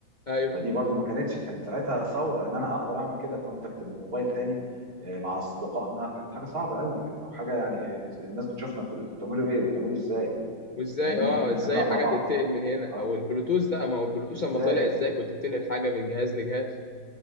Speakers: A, on the left; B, on the right.
A: ايوه
B: فدي برضو ما كانتش كانت ساعتها ثورة ان انا اقدر اعمل كده كونتاكت بموبايل تاني آه، مع اصدقائنا كانت حاجة صعبة قوي يعني او حاجة يعني آه، الناس بتشوفنا بتقول انتوا بتعملوا ايه وبتعملوا ازاي
A: وازاي
B: فاهمني
A: اه
B: ان
A: ازاي
B: احنا نلعب
A: حاجة
B: مع بعض
A: تنتقل
B: يعني
A: من هنا
B: اه
A: او البلوتوث ده ما هو البلوتوث
B: ازاي
A: لما طلع ازاي كنت بتنقل حاجة من جهاز لجهاز